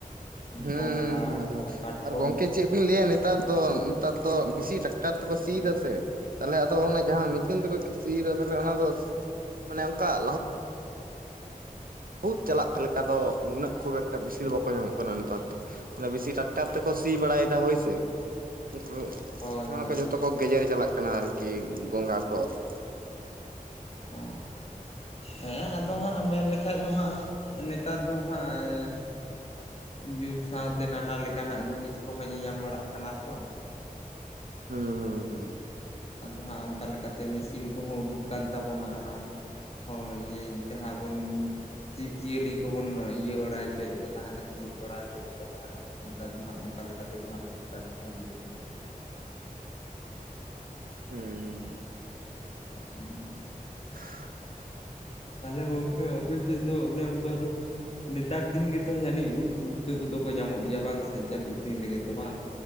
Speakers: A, on the right; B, on the left.
A: ᱦᱩᱸ ᱦᱩᱸ
B: ᱜᱚᱝᱜᱷᱟ
A: ᱦᱩᱸ ᱦᱩᱸ
B: ᱠᱚ ᱠᱟᱴᱠᱚᱢᱼᱼ
A: ᱟᱨ ᱜᱚᱝᱠᱮ ᱪᱮᱫ ᱵᱤᱱ ᱞᱟᱹᱭᱟ ᱱᱮᱛᱟᱨ ᱫᱚ ᱱᱮᱛᱟᱨ ᱫᱚ ᱵᱤᱥᱤ ᱴᱨᱟᱠᱴᱟᱨ ᱛᱮᱠᱚ ᱥᱤ
B: ᱦᱳᱭ
A: ᱮᱫᱟ ᱥᱮ ᱛᱟᱦᱚᱞᱮ ᱟᱫᱚᱼᱼ ᱡᱟᱦᱟᱸ ᱢᱮᱥᱤᱱ ᱛᱮᱠᱚ ᱥᱤ ᱮᱫᱟ ᱛᱟᱦᱚᱞᱮ ᱚᱱᱟ ᱫᱚ ᱢᱟᱱᱮ ᱚᱱᱠᱟ ᱞᱟᱦᱩᱫᱼᱼ ᱵᱚᱦᱩᱫ ᱪᱟᱞᱟᱜ ᱞᱮᱠᱟ ᱫᱚ ᱩᱱᱟᱹᱜ ᱠᱷᱩᱵ ᱮᱠᱴᱟ ᱵᱮᱥᱤ ᱫᱚ ᱵᱟᱠᱚ ᱧᱟᱢᱚᱜ ᱠᱟᱱᱟ ᱱᱮᱛᱟᱨ ᱫᱚ, ᱟᱱᱮ ᱵᱮᱥᱤ ᱴᱟᱜᱼᱼ ᱴᱟᱨ ᱛᱮᱠᱚ ᱥᱤ ᱵᱟᱲᱟᱭᱮᱫᱟ ᱦᱳᱭ ᱥᱮ, ᱩᱱ
B: ᱦᱳᱭ
A: ᱢᱟᱱᱮ
B: ᱦᱳᱭ
A: ᱠᱚ ᱡᱚᱛᱚ ᱠᱚᱼᱼ ᱠᱚ ᱜᱮᱡᱮᱨ ᱪᱟᱞᱟᱜ ᱠᱟᱱᱟ ᱟᱨᱠᱤ ᱜᱚᱝᱜᱷᱟ ᱠᱚ ᱟᱨᱠᱤ ᱾
B: ᱚᱻ ᱦᱮᱸ ᱟᱫᱚ ᱦᱟᱸᱜ ᱢᱮᱱ ᱞᱮᱠᱷᱟᱱ ᱫᱚ ᱦᱟᱸᱜ ᱱᱮᱛᱟᱨ ᱫᱚ ᱦᱟᱸᱜ ᱮᱻ ᱡᱩᱜᱽ ᱥᱟᱶᱛᱮ ᱱᱟᱱᱟ ᱞᱮᱠᱟᱱᱟᱜ ᱡᱤᱱᱤᱥ ᱠᱚᱦᱚᱸ ᱧᱮᱧᱟᱢ ᱵᱟᱲᱟᱜ ᱠᱟᱱᱟ ᱛᱚ ᱾
A: ᱦᱩᱸ ᱦᱩᱸ ᱦᱩᱸ ᱾
B: ᱟᱫᱚ ᱦᱟᱸᱜ ᱚᱱᱠᱟ ᱞᱮᱠᱟᱛᱮ ᱢᱮᱥᱤᱱ ᱠᱚᱦᱚᱸ ᱩᱰᱩᱠ ᱟᱠᱟᱱ ᱛᱟᱵᱚᱱᱟ, ᱦᱟᱱᱟ ᱦᱚᱲ ᱤᱭᱟᱹᱼᱼ ᱡᱟᱦᱟᱸ ᱵᱚᱱ ᱡᱤᱵ ᱡᱤᱭᱟᱹᱞᱤ ᱠᱚᱵᱚᱱ ᱤᱭᱟᱹ ᱵᱟᱲᱟᱭ ᱦᱚᱪᱚᱭᱮᱫᱼᱼ ᱛᱟᱦᱮᱱᱟ ᱠᱤ ᱠᱚᱨᱟᱣ ᱦᱚᱪᱚᱭᱮᱫ ᱠᱚ ᱛᱟᱦᱮᱱᱟ ᱱᱮᱛᱟᱨ ᱫᱚ ᱦᱟᱸᱜ ᱚᱱᱠᱟ ᱞᱮᱠᱟ ᱛᱮᱫᱚ ᱦᱟᱸᱜ ᱴᱮᱠᱴᱟᱨ ᱠᱚᱦᱚᱸ ᱵᱩᱼᱼ <inaudible>
A: ᱦᱩᱸ ᱾
B: ᱦᱩᱸ ᱾
A: <unintelligible>
B: ᱛᱟᱦᱚᱞᱮ ᱜᱚᱝᱠᱮ ᱟᱯᱮ ᱥᱮᱱ ᱫᱚ ᱚᱱᱮ ᱚᱱᱠᱟ ᱫᱚ, ᱱᱮᱛᱟᱨ ᱫᱤᱱ ᱜᱮᱛᱚ ᱡᱟᱹᱱᱤᱡ ᱩᱫ ᱯᱩᱴᱼᱼ ᱯᱩᱴᱠᱟᱹ ᱠᱚᱫᱚ ᱠᱚ ᱧᱟᱢᱚᱜ ᱜᱮᱭᱟ ᱵᱟᱝ ᱥᱮ, ᱡᱟᱹᱯᱩᱫ ᱫᱤᱱ ᱨᱮᱜᱮ ᱛᱚ ᱵᱟᱝ